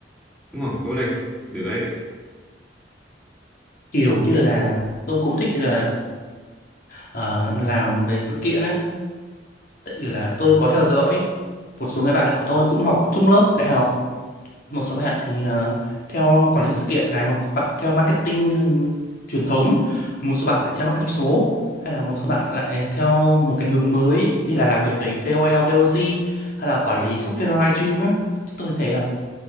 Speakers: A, in the centre; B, on the left.
A: đúng không cố lên được đấy
B: Kiểu như là tôi cũng thích là ờ, làm về sự kiện ấy, tại vì là tôi có theo dõi một số người bạn của tôi cũng học chung lớp đại học một số bạn thì ờ, theo quản lý sự kiện này một bạn theo marketing hơn- truyền thống một số bạn lại theo marketing số hay là một số bạn lại theo một cái hướng mới như là làm việc với KOL, KOC hay là quản lý các phiên live stream á thì tôi thấy là